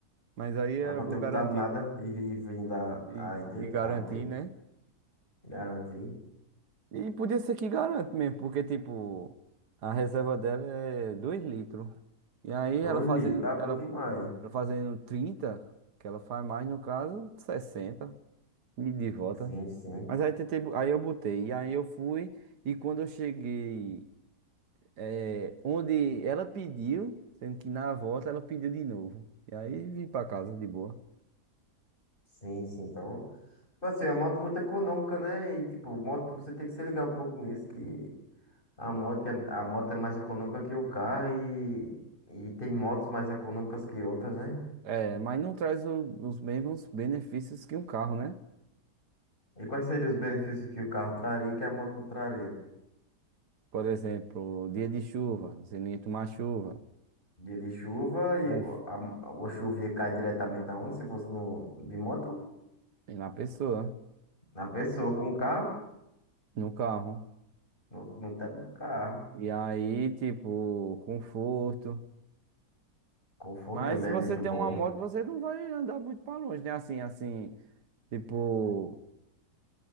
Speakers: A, on the right (about 80°); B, on the left (about 30°).
A: Mas aí
B: não
A: era
B: é pra
A: bom
B: ter botado
A: garantir,
B: nada
A: né?
B: e, e vir da
A: E,
B: ainda,
A: e
B: que
A: garantir,
B: dava até
A: né?
B: garantir.
A: E podia ser que garante mesmo, porque, tipo, a reserva dela é 2 litros. E aí
B: 2
A: ela fazendo,
B: litros, tá bom
A: ela,
B: demais.
A: ela fazendo 30, que ela faz mais, no caso, 60. me de volta.
B: Sim, sim.
A: Mas aí tentei, bo- aí eu botei. E aí eu fui. E quando eu cheguei, eh, onde ela pediu, sendo que na volta ela pediu de novo. E aí vim pra casa de boa.
B: Sim, sim. Então, tipo assim, é uma moto muito econômica, né? E, tipo, moto, você tem que se ligar um pouco nisso, que a moto é, a moto é mais econômica que o carro e, e tem motos mais econômicas que outras, né?
A: É, mas não traz o- os mesmos benefícios que um carro, né?
B: E quais seriam os benefícios que o carro traria e que a moto não traria?
A: Por exemplo, dia de chuva, você nem tomar chuva.
B: Dia de chuva
A: Confio
B: e o- a, a chuva ia cair diretamente aonde? Se fosse no, de moto?
A: na pessoa,
B: Na pessoa, com o carro,
A: no carro.
B: no, no teto do carro.
A: E aí, tipo, conforto.
B: Conforto
A: Mas
B: também
A: se
B: é
A: você
B: muito
A: tem
B: bom.
A: uma moto, você não vai andar muito pra longe, né? Assim, assim. Tipo.